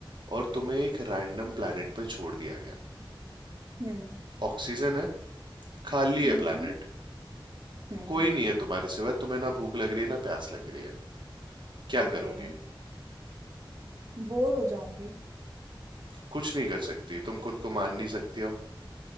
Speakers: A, on the right; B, on the right.
A: और तुम्हें एक रैंडम प्लेनेट पे छोड़ दिया गया
B: हम्म
A: ऑक्सीजन है खाली
B: हम्म
A: है प्लेनेट
B: हम्म
A: कोई नहीं है तुम्हारे सिवा तुम्हें ना भूख लग रही है ना प्यास लग रही है क्या
B: ओके
A: करोगे
B: बोर हो जाऊंगी
A: कुछ नहीं कर सकती तुम खुद को मान नहीं सकती हो